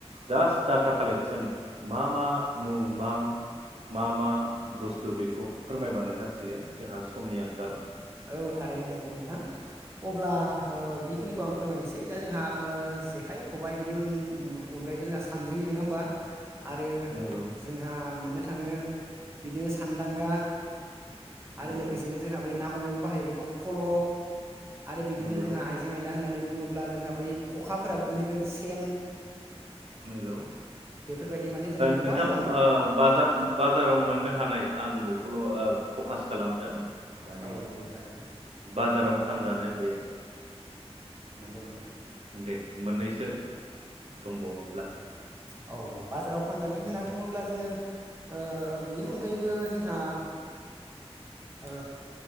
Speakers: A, on the right; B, on the right.
A: जास्ट डाटा कालेकसन मा मा? मुं मा मा मा बुस्थु बेखौ फोरमायबानो जासिगोन जोंहा समनि आंखाल।
B: औ थारैनो नोंगौ नोंथां अब्ला ओ बेखिनिखौ आं फोरमायनोसै दा जोंहा ओ जेखाइ खबाइ बिनि उन अगायैबो जोंहा सान्द्रि नङा होमबा? आरो
A: नंगौ
B: जोंहा मोननो थाङो। बिदिनो सान्दांगा आरो
A: नंगौ
B: लोगोसेनो जोंहा बै ना मोनायावबो बाहायो बेखौ फल आरो बिदिनो
A: नंगौ
B: जोंहा आइजें आइला होननानै बुंङोब्ला अब्ला जोंहा बै खखाफोराबो गोलैगोन सेन
A: <unintelligible> नंगौ
B: बेफोरबायदि माने जोंहा गोबां
A: नोंथां
B: दं
A: बाजार बाजाराव मोननो हानाय आं बेखौल फकास खालामदों माने
B: औ नंगौ थारैनो
A: बाजाराव फानजानाय बे
B: नोंगौ नोंथां
A: दे मोननैसो दंबावोब्ला
B: औ बाजाराव फानजानाय होनना बुङोब्लाब जोंङो ओ बेनि अनगायैबो जोंहा ओ